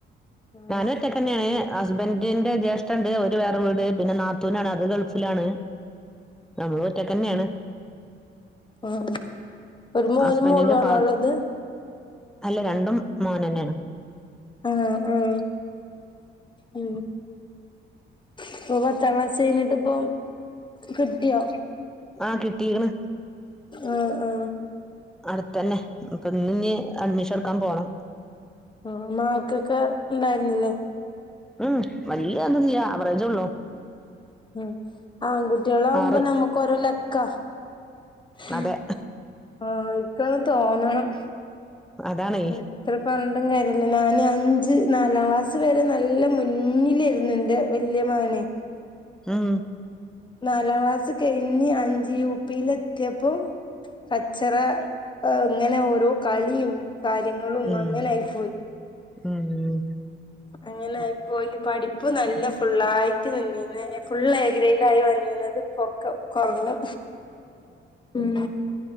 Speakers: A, on the left (about 25°); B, in the centre.
A: ആഹ്
B: ഞാനൊറ്റക്കന്നേ ഹസ്ബൻഡിന്റെ ജ്യേഷ്ഠണ്ട് ഓല് വേറെ വീട് പിന്നെ നാത്തൂനാണ് അത് ഗൾഫിലാണ് നങ്ങളൊറ്റക്കന്നയാണ്
A: ആ ഒരു മോനും
B: ഹസ്ബൻഡിന്റെ
A: മോളും ആണോ
B: ഫാ
A: ഉള്ളത്
B: അല്ല രണ്ടും മോനന്നാണ്
A: ആഹ ആഹ ഉ ഇപ്പൊ പത്താം ക്ലാസ് കഴഞ്ഞിട്ട് ഇപ്പൊ കിട്ടിയോ
B: ആഹ് കിട്ടീക്ണ്
A: ആ ആ
B: അടുത്തതന്നെ അപ്പൊ ഇനി ഇ അഡ്മിഷൻ എടുക്കാൻ പോണം
A: ആ നല്ല മാർക്കൊക്കെ ഉണ്ടായിന്നില്ലേ
B: ഉം വല്യഅതൊന്നില്യ അവറേജെ ഉള്ളൂ.
A: ഉം ആൺകുട്ട്യാളാമ്പോ
B: ആറ്
A: നമുകൊരോ ലക്കാ. ഉം
B: അതെ
A: ഓൾക്കത് തോന്നണം.
B: അതാണേ
A: അപ്പ എത്രപറഞ്ഞിട്ടും കാര്യഇല്ലാലോ ഇനി അഞ്ച് നാലാം ക്ലാസ് വരെ നല്ല മുന്നിലേര്ന്നു എന്റെ വെല്യമകനേ.
B: ഉം ഉം
A: നാലാം ക്ലാസ് കഴിഞ്ഞ് അഞ്ച് യു. പി. ലെത്യാപ്പോ കച്ചറ ഏഹ് അങ്ങനെ ഓരോ കളീയും കാര്യങ്ങളു ഒന്നാഅങ്ങനായി
B: ഉം
A: പോയി
B: ഉം
A: അങ്ങനായിപ്പോയി പഠിപ്പ് നല്ല ഫള്ളായിട്ട് നിന്ന് ഫുള്ള് എഗ്രഡായി വന്നീന അത് പൊകാം കൊറഞ്ഞു ഉം.